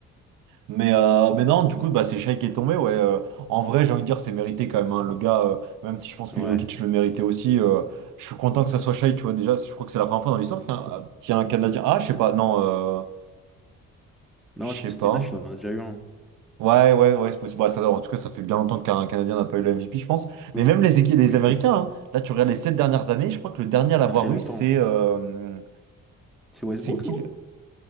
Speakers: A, on the right; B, in the centre.
A: Mais, euh, mais non, du coup, bah, c'est Shai qui est tombé. Ouais, euh, en vrai, j'ai envie de dire, c'est mérité quand même. hein. Le gars, euh, même si je pense
B: Ouais.
A: que Jokic le méritait aussi, euh, je suis content que ça soit Shai. Tu vois, déjà, je crois que c'est la première fois dans l'histoire qu'il y, a un qu'il y a un Canadien. Ah, je sais pas, non, euh,
B: Non,
A: je
B: je-
A: sais
B: Steve
A: pas.
B: Nash, il en a déjà eu un.
A: Ouais, ouais, ouais, c'est possible. Bah, ça, en tout cas, ça fait bien longtemps qu'un Canadien n'a pas eu le MVP, je pense.
B: Oui,
A: Mais même les équipes, les
B: oui,
A: Américains,
B: oui.
A: hein. là, tu regardes les sept dernières années, je crois que le dernier
B: Ça
A: à l'avoir
B: fait longtemps.
A: eu, c'est. euh,
B: C'est Westbrook,
A: c'est qui
B: non?
A: le-